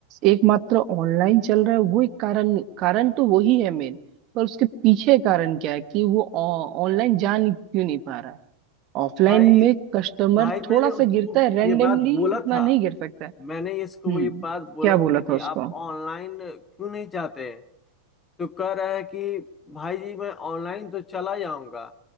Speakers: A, on the right; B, on the left.
A: एकमात्र ऑनलाइन चल रहा है वो एक कारण कारण तो वही है मेन पर उसके पीछे कारण क्या है कि वो ऑनलाइन जा नहीं क्यों नहीं पा रहा है ऑफलाइन
B: भाई
A: में कस्टमर
B: भाई मैंने
A: थोड़ा सा
B: उसको
A: गिरता है रेंडमली
B: ये बात बोला
A: उतना
B: था
A: नहीं गिर सकता है
B: मैंने इसको
A: हम्म
B: वो ये बात बोला
A: क्या बोला
B: था कि
A: था उसको
B: आप ऑनलाइन क्यों नहीं चाहते तो कह रहा है कि भाई जी मैं ऑनलाइन तो चला जाऊंगा